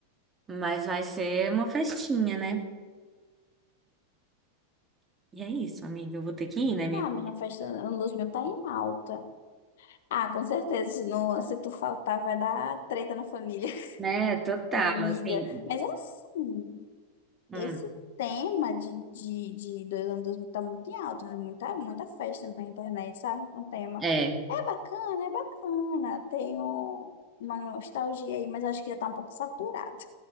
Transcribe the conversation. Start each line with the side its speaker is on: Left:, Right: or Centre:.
Right: mas vai ser uma festinha, né? E é isso, amiga. Eu vou ter que ir, né, minha?
Left: Ah, mas na festa Luzmil tá em alta. Ah, com certeza, se, não, se tu faltar vai dar treta na família. <laughs>
Right: Né, total,
Left: Amiga,
Right: assim.
Left: mas é assim.
Right: hum,
Left: Esse tema de, de, de dois anos 2000 tá muito em alta, viu? Muita, muita festa na internet, sabe? Com tema.
Right: é.
Left: É bacana, é bacana. Tem um- uma nostalgia aí, mas acho que já tá um pouco saturado.